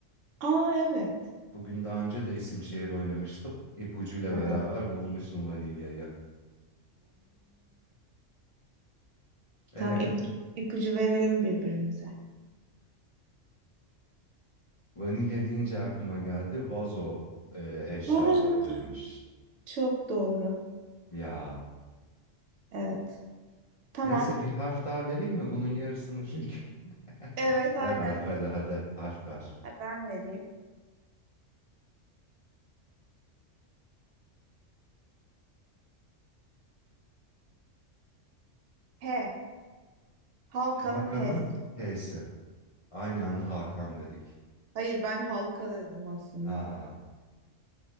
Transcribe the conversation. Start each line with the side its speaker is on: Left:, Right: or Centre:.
Right: Aa evet.
Left: Bugün daha önce de isim şehir oynamıştım. İpucuyla
Right: Ha.
Left: beraber bulmuştum vanilyayı. E
Right: Tam ipucu, ipucu verelim birbirimize.
Left: vanilya deyince aklıma geldi vazo e, eşya
Right: <gasps> Aa,
Left: olabilirmiş.
Right: Çok doğru.
Left: Ya
Right: Evet. Tamam.
Left: Neyse bir harf daha vereyim mi? Bunun yarısını çünkü. <laughs>
Right: Evet
Left: Ver
Right: aynen.
Left: harf hadi hadi harf ver.
Right: Ha, ben vereyim. H. Halkanın
Left: Hakan'ın
Right: H'si.
Left: H'si. Aynı anda Hakan dedik.
Right: Hayır ben halka dedim aslında.
Left: Ha.